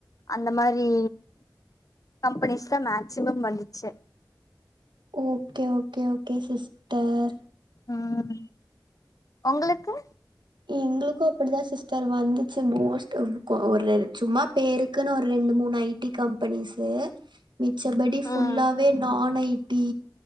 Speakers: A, on the left (about 50°); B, on the right (about 80°).
A: அந்த மாரி கம்பெனிஸ் தா மேக்சிமம் வந்துச்சு
B: ஓகே ஓகே ஓகே சிஸ்டர்
A: ம் ஒங்களுக்கு
B: எங்களுக்கு அப்டிதா சிஸ்டர் வந்துச்சு மோஸ்ட் ஆப் கோ ஒரு சும்மா பேருக்குன்னு ஒரு ரெண்டு மூணு ஐ டி கம்பெனிஸு மிச்சபடி ஃபுல்லாவே
A: ம்
B: நான் ஐ டி